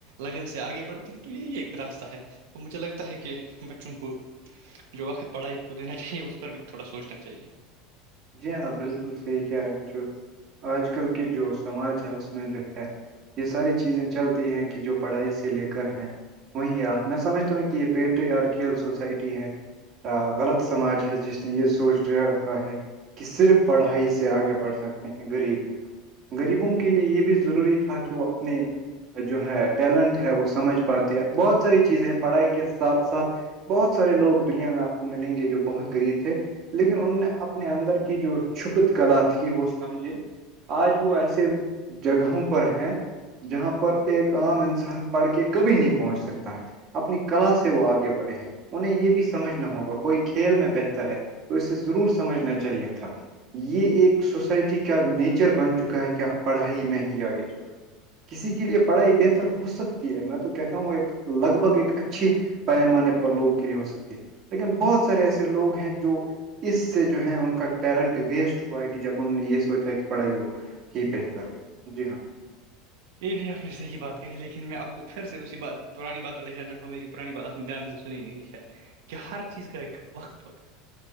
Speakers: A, on the right; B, on the right.
A: لگن سے آگے بڑھیں ہیں تو یہی ایک راستہ ہے مجھے لگتا ہے کہ بچوں کو جو وقت پڑھائی کو دینا چاہیے اس پر بھی تھوڑا سوچنا چاہیے
B: جی ہاںپ بالکل صحیح کہہ رہے ہیں جو آج کل کی جو سماج ہے اس میں جو ہے یہ ساری چیزیں چلتی ہیں کہ جو پڑھائی سے لے کر ہے وہیں آپ میں سمجھتا ہوں کہ یہ پیٹری آر کھیل سوسائٹی ہے غلط سماج ہے جس نےن یہ سوچ ڈ رکھا ہے کہ صرف پڑھائی سے آگے بڑھ سکتے ہیں غریب لوگ غریبوں کے لیے یہ بھی ضروری تھا کہ وہ اپنے جو ہے ٹیلنٹ ہے وہ سمجھ پاتے ہے بہت ساری چیزیں ہیں پڑھائی کے ساتھ ساتھ بہت سارے لوگ دنیا میں آپ کو ملیں گے جو بہت غریب تھے لیکن ان نے آپ اپنے اندر کی جو چھپت کلا تھی وہ سمجھے آج وہ ایسے جگہوں پر ہیں جہاں پر ایک عام ان انسان پڑھ کے کبھی نہیں پہنچ سکتا ہے اپنی کلا سے وہ آگے بڑھے ہیں انہیں یہ بھی سمجھنا ہوگا کوئی کھیل میں بہتر ہے تو اسے ضرور سمجھنا چاہیے تھا یہ ایک سوسائٹی کا نیچر بن چکا ہے کیاپ پڑھائی میں ہی آگے جاؤ کسی کے لیے پڑھائی بہتر ہو سکتی ہے میں تو کہتا ہوں ایک لگ بھگ ایک اچھی پیمانے پر لوگوں کے لیے ہو سکتی ہے لیکن بہت سارے ایسے لوگ ہیں جو اس سے جو ہیں ان کا ٹیلنٹ ویسٹ ہوا ہے کہ جب انہ نے یہ سوچا کہ پڑھائی ہو ہی بہتر ہے جی ہاں
A: یہ بھی آپ نے صح بات کہی لیکن میں آپ کو پھر سے اسی بات پ پرانی بات وال لے جان چاہوں میری پانی بات دھیان سے سنی نہیں شاید کہ ہر چیز کا ایک وقت ہوتا ہے